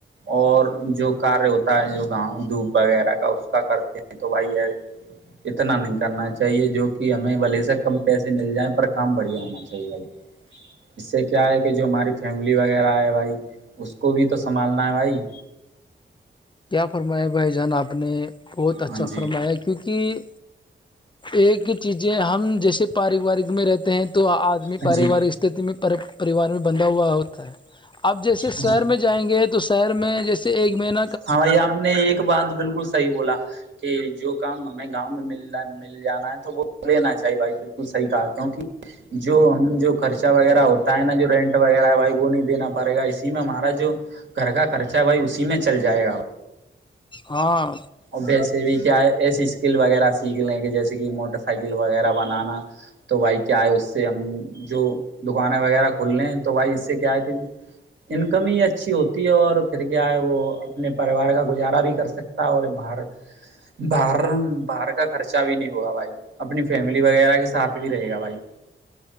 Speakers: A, on the right; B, on the left.
A: اور جو کاریہ ہوتا ہے جو گاؤں دھوپ وغیرہ کا اس کا کرتے ہیں تو بھائی ہے اتنا نہیں کرنا چاہیے جو کہ ہمیں بلے سا کم پیسے مل جائےیں پر کام بڑھیا ہونا چاہیے
B: <inaudible>
A: اس سے کیا ہے کہ جو ہماری فیملی وغیرہ ہے بھائی اس کو بھی تو سنبھالنا ہے بھائی
B: کیا فرمایا بھائی جان آپ نے بہت اچھا
A: ہاں جی
B: فرمایا کیونکہ ایک چیزیں ہم جیسے پاروارک میں رہتے ہیں تو آدمی
A: ہاں
B: پاروارک
A: جی
B: پریوار میں بندھا ہوا ہوتا ہے اب جیسے
A: ہاں
B: شہر میں جو جائیں گے تو شہر میں جیسے ایک مہین
A: ہاں بھائی آپ نے ایک بات بالکل صحیح بولا کہ جو کام ہمیں گاؤں میں مل رہ ہے مل جانا ہے تو وہ لینا چاہے بھائی بالکل صحیح کہا کیوںک جو ہم جو خرچہ وغیرہ ہوتا ہے نا جو رینٹ وغیرہ ہے بھائی وہ نہیں دینا پڑے گا اسی میں ہمارا جو گھر کا خرچہ بھائی اسی میں چل جائے گا
B: ہاں
A: اور ویسے بھی کیا ایسی اسکل وغیرہ سیکھ لیں کہ جیسے کہ موٹر سائیکل وغیرہ بنانا تو بھائی کیا ہے اس سے ہم جو دکانیں وغیرہ کھلنے ہیں تو بھائی اس سے کیا ہے کہ انکم ہی اچھی ہوتی ہے اور پھر کیا ہے وہ اپنے پریوار کا گزارا بھی کر سکتے اور باہر باہر باہر کا خرچہ بھی نہیں ہوا بھائی اپنی فیملی وغیرہ کے ساتھ بھی رہے گا بھائی